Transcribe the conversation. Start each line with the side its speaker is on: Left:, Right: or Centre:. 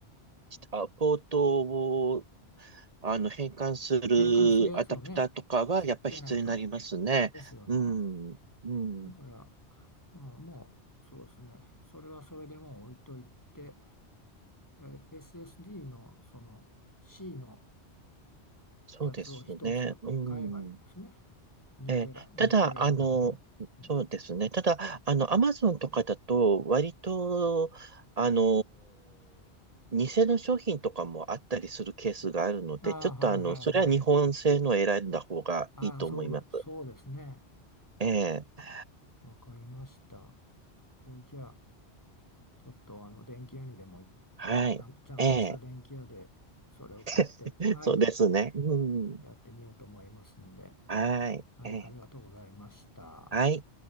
Right: あ、ポートを、あの、変換するアダプターとかは、
Left: 変換するやつをね、つけないと。
Right: やっぱり必要になりますね。
Left: ですよね。
Right: うん、うん、
Left: だから、うん、もうそうですね、それはそれでもう置いといて、え SSD のその C の
Right: そうですね。
Left: やつを一つ買えばいいんですね。
Right: うん。
Left: 2テラ、
Right: ええ、
Left: 2テラぐらいのね。
Right: ただ、あの、
Left: うん、
Right: そうですね。ただ、あの、アマゾンとかだと、割と、あの、偽の商品とかもあったりするケースがあるので、
Left: ああ、
Right: ちょっとあの、
Left: はいはいはい。
Right: それは日本製のを選んだ方がいいと思います。
Left: ああ、そう、そうですね。
Right: ええ、
Left: わかりました。これじゃあ、ちょっとあの電気屋にでもいち
Right: はい。
Left: ゃん、ちゃんとした電気屋でそれを買って、
Right: ええ、<laughs>
Left: はい、
Right: そうですね。うん。
Left: やってみようと思いますんで、
Right: はい。
Left: はい、
Right: ええ、
Left: ありがとうございました。
Right: はい。